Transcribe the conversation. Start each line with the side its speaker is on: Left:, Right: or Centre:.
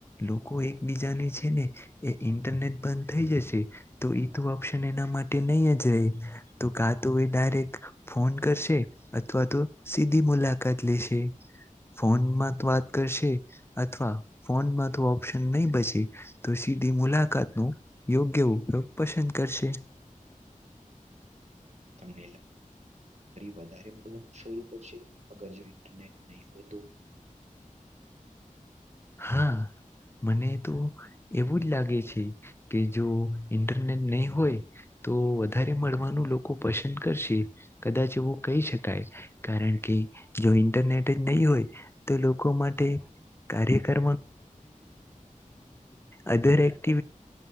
Left: લોકો એકબીજાને છે ને એ ઇન્ટરનેટ બંધ થઈ જશે. તો એ તોું ઓપ્શન એના માટે. નહી જ ર તો કા તો એ ડાયરેક્ટ ફોન કરશે અથવા તો સીધી. મુલાકાત લેશે ફોનમાં તો વાત કરશે અથવા. ફોનમાં ઓપ્શન નહી બચે તો સીધી મુલાકાત નો યોગ્ય ઉપયોગ પસંદ કર. પછ.
Right: ફ વધવાનું કર અગર જો રનેટ. નહી હોય તોું.
Left: હા મને તો એવું જ લાગે છે કે જો ઇન્ટરનેટ. નહી હોય. તો વધારે મળવાનું લોકો પસંદ કરશે કદાચ એવું કહી શકાય કારણ. કે જો ઇન્ટરનેટ જ નહી હોય તો લોકો માટે કાર્ય. બ જ અ્ટ. રટ